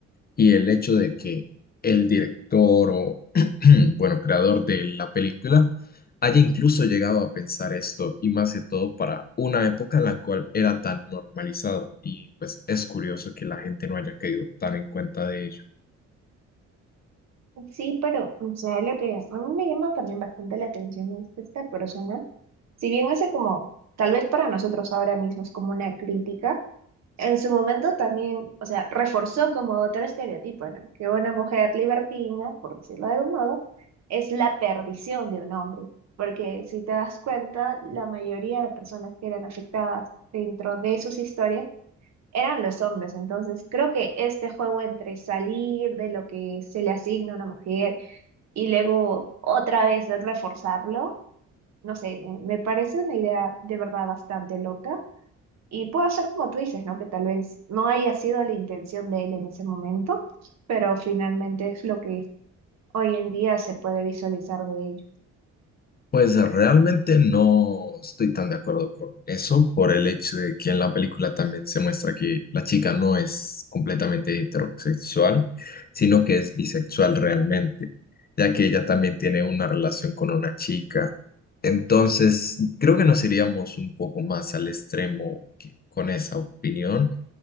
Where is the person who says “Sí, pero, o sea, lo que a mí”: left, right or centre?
Right